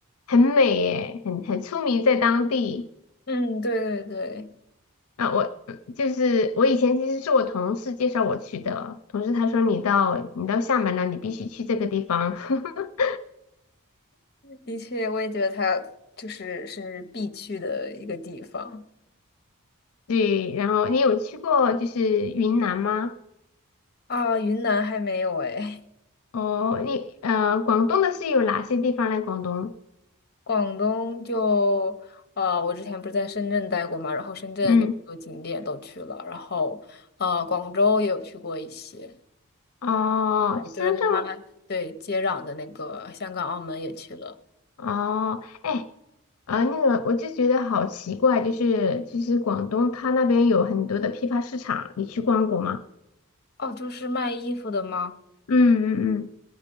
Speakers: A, on the left (about 80°); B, on the left (about 45°).
A: 很美耶，很很出名在当地。
B: 嗯，对对对。
A: 啊，我就是我以前其实是我同事介绍我去的，同事他说你到你到厦门了，你必须去这个地方。<laughs>
B: 的确，我也觉得它就是是必去的一个地方
A: 对，然后你有去过就是云南吗？
B: 啊。云南还没有哎，
A: 哦，你呃，广东的是有哪些地方呢？广东，
B: <laughs> 广东就呃，我之前不是在深圳待过嘛，然后深圳有很多景点都去了，
A: 嗯，
B: 然后呃，广州也有去过一些，
A: 哦，
B: 我就是跟它对接壤的那个香港、
A: 深圳吗？
B: 澳门也去了。
A: 哦，哎，呃，那个我就觉得好奇怪，就是就是广东它那边有很多的批发市场，你去逛过吗？
B: 哦，就是卖衣服的吗？
A: 嗯嗯嗯，